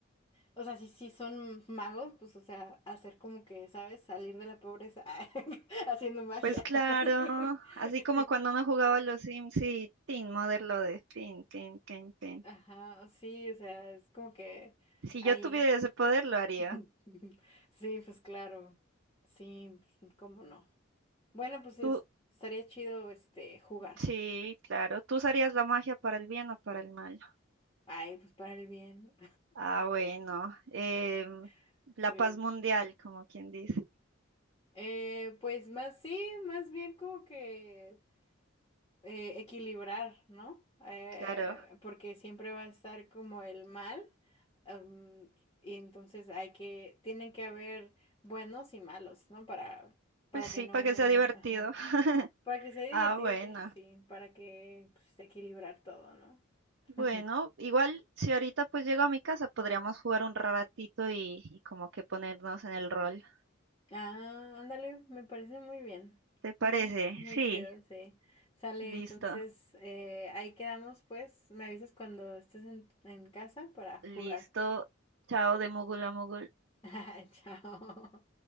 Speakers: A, on the left; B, on the right.
A: o sea, si, si son magos, pues, o sea, hacer como que, ¿sabes? Salir de la pobreza <laughs> haciendo magia.
B: Pues claro,
A: <laughs>
B: así como cuando uno jugaba a los Sims y Tin, Mother lo de Tin, Tin, Tin, Tin.
A: Ajá, sí, o sea, es como que
B: Si
A: ahí.
B: yo tuviera ese poder, lo haría.
A: <laughs> Sí, pues claro. Sí, cómo no. Bueno, pues es-
B: Tú,
A: estaría chido este jugar.
B: sí, claro. ¿Tú usarías la magia para el bien o para el mal?
A: Ay, pues para el bien.
B: Ah, bueno. em,
A: <laughs>
B: la paz mundial,
A: Sí.
B: como quien dice.
A: Eh, pues más sí, más bien como que eh, equilibrar, ¿no? Eh,
B: Claro.
A: porque siempre va a estar como el mal. am, y entonces hay que, tienen que haber buenos y malos, ¿no? Para, para
B: Pues sí,
A: que no,
B: para
A: eh,
B: que sea divertido.
A: ajá.
B: <laughs>
A: Para que sea divertido
B: Ah, bueno.
A: y sí, para que pues, equilibrar todo, ¿no?
B: Bueno,
A: <laughs>
B: igual si ahorita pues llego a mi casa, podríamos jugar un ratito y, y como que ponernos en el rol.
A: Ah, ándale, me parece muy bien.
B: ¿Te parece?
A: Muy, muy
B: Sí,
A: chido, sí. Sale,
B: listo.
A: entonces eh, ahí quedamos, pues. Me avisas cuando estés en, en casa para jugar.
B: Listo. Chao de mogul a mogul.
A: <laughs> Chao.